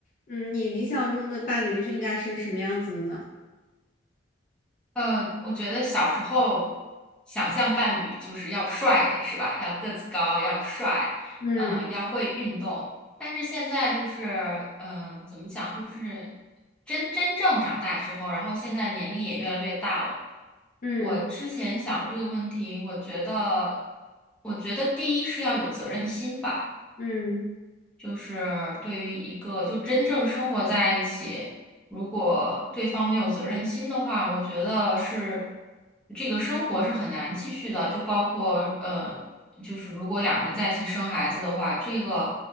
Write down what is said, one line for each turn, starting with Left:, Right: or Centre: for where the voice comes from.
Left: 嗯，你理想中的伴侣是应该是什么样子的呢？
Centre: 嗯，我觉得小时候想象伴侣就是要帅的，是吧？要个子高，要帅，
Left: 嗯
Centre: 呃，要会运动。但是现在就是，嗯、怎么讲，就是真真正长大之后，然后现在年龄也越来越大了。
Left: 嗯
Centre: 我之前想过这个问题，我觉得，我觉得第一是要有责任心吧。
Left: 嗯
Centre: 就是对于一个就真正生活在一起，如果对方没有责任心的话，我觉得是这个生活是很难继续的。就包括呃，就是如果两人在一起生孩子的话，这个